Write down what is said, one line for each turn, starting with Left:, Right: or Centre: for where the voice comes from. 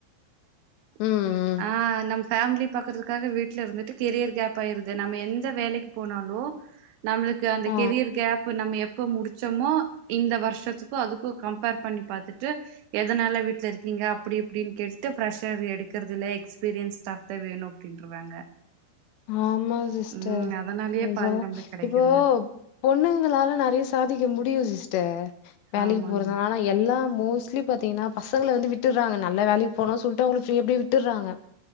Right: <inaudible>
Left: ம் ம்
Right: ஹ நம் ஃபேம்லி பாக்றதுக்காக வீட்டுல ருந்துட்டு கெரியர் கேப் ஆயிருது நம்ம எந்த வேலைக்கு போனாலு நம்மளுக்கு அந்த
Left: ஆ
Right: கெரியர் கேப் நம்ம யப் க்கோ முடிச்சமோ இந்த வருஷத்துக்கு அதுக்கு கம்பேர் பண்ணி பாத் ட்டு எதனால வீட்டுல இருக்கீங்க அப்டி இப்டின் கேட்டுட்டு ஃப்ரரெஷர் எடுக்றது இல்ல எக்ஸ்பீரியன்ஸ் ஸ்டாப் தா வேணு அப்டின்ருவாங்க
Left: ஆமா சிஸ்டர்
Right: ம் அதனாலயே
Left: நீங்
Right: பாதி
Left: சொல்
Right: நம்மளுக்கு கெடைக்கறது
Left: இப்போ
Right: இல்ல
Left: பொண்ணுங்களால நெறைய சாதிக்க முடியு சிஸ் டேட் வேலக்கு
Right: ஆமாங்க
Left: போறதுனால எல்லாம் மோஸ்லி பாத்திங்கன்னா பசங்கள வந்து விட்டுறாங்க நல்ல வேலைக்கு போனு சொல்ட்டு அவங்க ஃப்ரீ அப்டியே விட்டுர்றாங்க